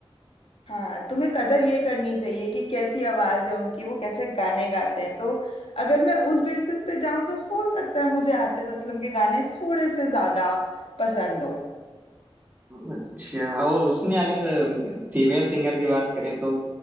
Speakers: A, on the left; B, on the right.
A: हाँ तुम्हें कदर ये करनी चाहिए कि कैसी आवाज है उनकी वो कैसे गाने गाते हैं तो अगर मैं उस बेसिस पे जाऊं तो हो सकता है मुझे आतिफ असलम के गाने थोड़े से ज्यादा पसंद हो
B: अच्छा और उसमें अगर फीमेल सिंगर की बात करें तो